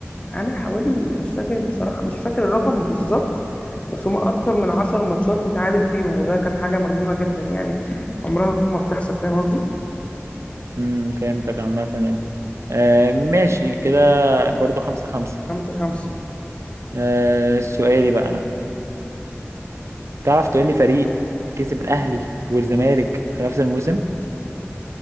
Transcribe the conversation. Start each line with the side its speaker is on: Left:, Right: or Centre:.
Left: عامل حوالي مش فاكر بصراحة مش فاكر الرقم بالظبط بس هما أكتر من 10 ماتشات يتعادل فيهم وده كان حاجة مجنونة جدا يعني عمرها ما بتحصل فاهم قصدي؟
Right: امم فهمتك عامة يعني آه ماشي كده برضو خمسة خمسة
Left: خمسة خمسة
Right: آه سؤالي بقى أنا تعرف تقول لي فريق كسب الأهلي والزمالك في نفس الموسم؟